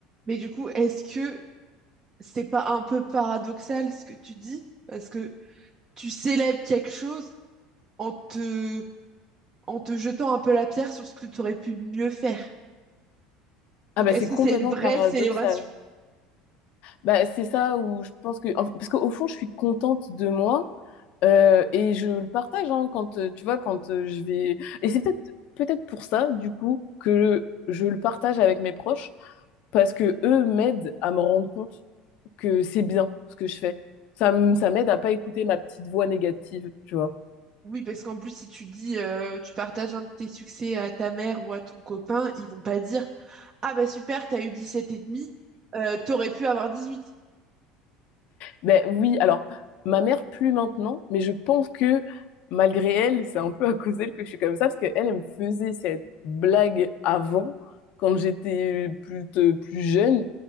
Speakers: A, on the right (about 30°); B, on the left (about 60°).
A: Mais du coup, est-ce que c'est pas un peu paradoxal ce que tu dis? Parce que tu célèbres quelque chose en te, en te jetant un peu la pierre sur ce que tu aurais pu mieux faire.
B: Ah
A: Donc,
B: bah
A: est-ce
B: c'est complètement
A: que c'est une vraie
B: paradoxal.
A: célébration?
B: Bah c'est ça où je pense que en- parce qu'au fond je suis contente de moi euh, et je le partage hein, quand euh, tu vois quand euh, je vais et c'est peut-être peut-être pour ça du coup que je le partage avec mes proches parce que eux m'aident à me rendre compte que c'est bien ce que je fais. Ça me ça m'aide à pas écouter ma petite voix négative, tu vois.
A: Oui, parce qu'en plus, si tu dis, euh, tu partages un de tes succès à ta mère ou à ton copain, ils vont pas dire, ah bah super, t'as eu 17 et demi, euh, t'aurais pu avoir 18.
B: Ben oui, alors ma mère plus maintenant, mais je pense que malgré elle, c'est un peu à cause d'elle que je suis comme ça, parce qu'elle, elle me faisait cette blague avant, quand j'étais plus, plus jeune.